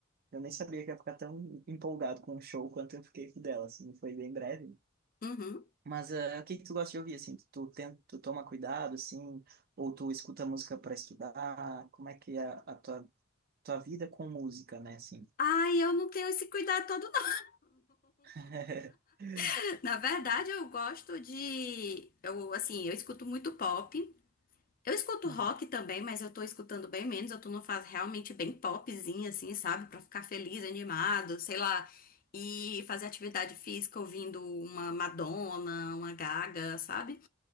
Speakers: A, on the right; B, on the left.
A: Eu nem sabia que ia ficar tão empolgado com o show quanto eu fiquei com o dela, assim, foi bem breve.
B: Uhum.
A: Mas eh, o que que tu gosta de ouvir, assim? Tu, tem, tu toma cuidado, assim, ou tu escuta música para estudar? Como é que é a tua, tua vida com música, né, assim?
B: Ai, eu não tenho esse cuidado todo, não.
A: <laughs>
B: <laughs> Na verdade, eu gosto de... Eu, assim, eu escuto muito pop. Eu escuto
A: Uhum.
B: rock também, mas eu tô escutando bem menos. Eu tô numa fase realmente bem popzinha, assim, sabe? Pra ficar feliz, animado, sei lá. E fazer atividade física ouvindo uma Madonna, uma Gaga, sabe?